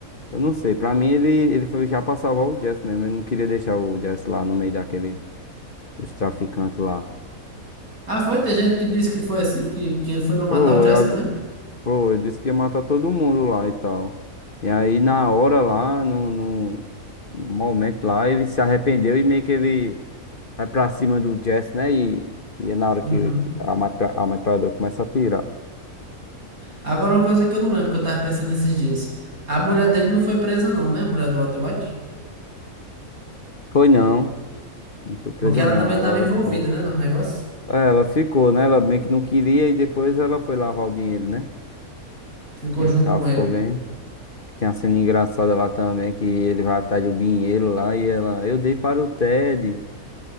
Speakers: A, on the left; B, on the right.
A: Eu não sei, pra mim ele, ele foi já pra salvar o Jess mesmo. Ele não queria deixar o Jess lá no meio daquele, dos traficantes lá.
B: Ah, foi? Tem gente que disse que foi assim, que, que ele foi para matar
A: Pô,
B: o Jesse
A: eu,
B: também?
A: pô, ele disse que ia matar todo mundo lá e tal. E aí na hora lá, no, no, no momento lá, ele se arrependeu e meio que ele. vai pra cima do Jess, né? E, e é na hora
B: Uhum.
A: que a, matra- a metralhadora começa a atirar.
B: Agora, uma coisa que eu não lembro, que eu tava pensando esses dias. A mulher dele não foi presa, não, né? A mulher do Walter White?
A: Foi não, não foi presa
B: Porque ela
A: não,
B: também
A: ela,
B: tava
A: ela
B: envolvida,
A: ficou.
B: né, no negócio.
A: É, Ela ficou, né? Ela meio que não queria e depois ela foi lavar o dinheiro, né?
B: Ficou
A: E
B: junto
A: tal,
B: com
A: ficou
B: ele.
A: bem. Tem uma cena engraçada lá também, que ele vai atrás do dinheiro lá e ela, eu dei para o Ted.